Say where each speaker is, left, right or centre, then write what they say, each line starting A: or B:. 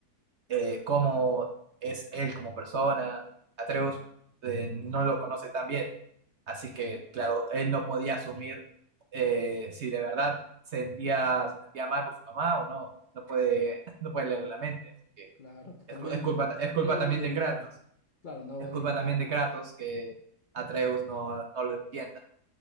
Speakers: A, on the right; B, on the left.
A: eh, cómo es él como persona. Atreus eh, no lo conoce tan bien, así que claro, él no podía asumir eh, si de verdad sentía, se sentía mal por su mamá o no, no puede, <laughs> no puede leer la mente. así que
B: Claro, totalmente.
A: Es, cu- es culpa, es culpa
B: No lo
A: también
B: va a adivinar.
A: de Kratos.
B: Claro, no
A: Es
B: va a
A: culpa
B: adivinar,
A: también de
B: ¿no?
A: Kratos que Atreus no, no lo entienda.